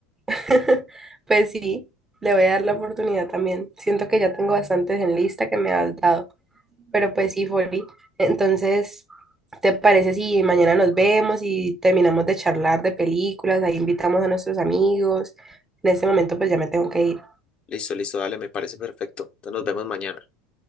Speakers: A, on the right; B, on the left.
A: <laughs> Pues sí, le voy a dar la oportunidad también. Siento que ya tengo bastantes en lista que me has dado. Pero pues sí, Folly. Entonces, ¿te parece si mañana nos vemos y terminamos de charlar de películas? Ahí invitamos a nuestros amigos. En este momento, pues ya me tengo que ir.
B: Listo, listo, dale, me parece perfecto. Entonces nos vemos mañana.